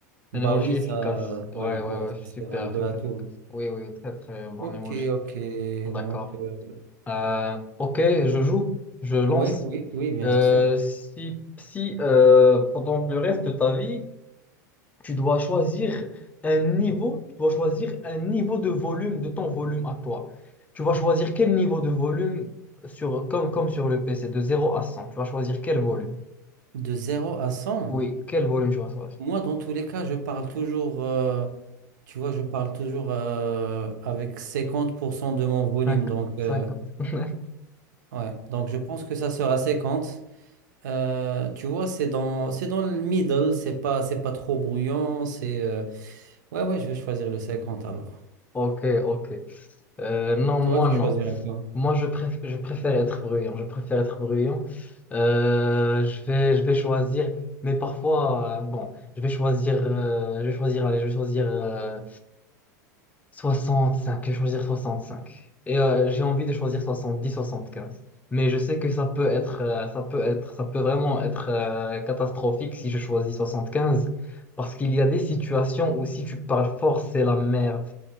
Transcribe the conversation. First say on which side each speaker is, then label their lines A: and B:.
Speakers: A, on the left; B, on the right.
A: Un
B: Bah
A: emoji
B: oui,
A: efficace.
B: ça,
A: Ouais,
B: ouais,
A: ouais,
B: ouais,
A: ouais. Super,
B: ça sert un peu
A: super
B: à tout.
A: efficace.
B: hein.
A: Oui, oui, très, très bon
B: Ok,
A: emoji.
B: ok.
A: D'accord.
B: Donc, euh,
A: Euh, ok, je joue. Je lance.
B: ouais, oui, oui, bien
A: Euh,
B: sûr.
A: si si euh, pendant le reste de ta vie, tu dois choisir un niveau, tu dois choisir un niveau de volume de ton volume à toi. Tu vas choisir quel niveau de volume sur, comme, comme sur le PC, de zéro à cent Tu vas choisir quel volume.
B: De zéro à cent
A: Oui, quel volume tu vas choisir.
B: Moi, dans tous les cas, je parle toujours, euh, tu vois, je parle toujours euh, avec 50% de mon volume.
A: Cinq-
B: Donc, euh,
A: cinquante <laughs>
B: ouais. Donc, je pense que ça sera cinquante Euh, tu vois, c'est dans, c'est dans le middle, c'est pas, c'est pas trop bruyant. C'est, euh, ouais, ouais, je vais choisir le 50 alors.
A: Ok, ok. Euh, non, moi,
B: Toi, tu
A: non.
B: choisirais quoi?
A: Moi, je préf- je préfère être bruyant. Je préfère être bruyant. Euh, je vais, je vais choisir, mais parfois, euh, bon, je vais choisir, euh, je vais choisir, allez, je vais choisir euh, 65, je vais choisir 65. Et euh, j'ai envie de choisir 70, 75. Mais je sais que ça peut être, euh, ça peut être, ça peut vraiment être euh, catastrophique si je choisis 75. Parce qu'il y a des situations où si tu parles fort, c'est la merde.